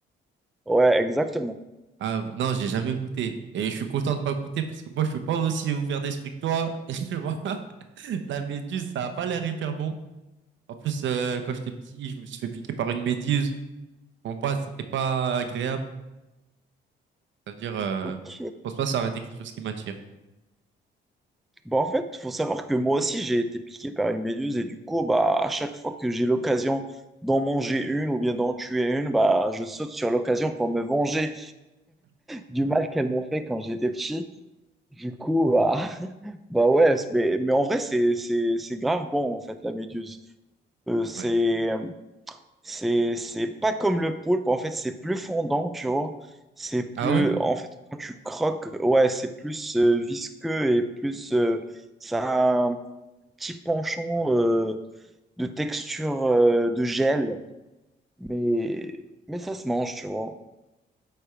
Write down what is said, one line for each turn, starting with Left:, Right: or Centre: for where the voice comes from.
Centre: Ouais, exactement.
Right: Ah, non, j'ai jamais goûté. Et je suis content de pas goûter parce que moi, je suis pas aussi ouvert d'esprit que toi. <laughs> Et tu vois, la méduse, ça a pas l'air hyper bon. En plus, euh, quand j'étais petit, je me suis fait piquer par une méduse. Bon, pas, c'était pas agréable. C'est-à-dire, euh,
Centre: Ok.
Right: je pense pas que ça aurait été quelque chose qui m'attire.
Centre: Bah, en fait, faut savoir que moi aussi, j'ai été piqué par une méduse et du coup, bah, à chaque fois que j'ai l'occasion d'en manger une ou bien d'en tuer une, bah, je saute sur l'occasion pour me venger du mal qu'elles m'ont fait quand j'étais petit. Du coup, bah, <laughs> bah ouais, c'est- mais, mais en vrai, c'est, c'est, c'est grave bon, en fait, la méduse. Euh, c'est,
Right: Ouais.
Centre: c'est, c'est pas comme le poulpe, en fait, c'est plus fondant, tu vois. C'est
Right: Ah
Centre: plus,
Right: ouais?
Centre: en fait, quand tu croques, ouais, c'est plus euh, visqueux et plus, euh, ça a un petit penchant euh, de texture euh, de gel, mais, mais ça se mange, tu vois.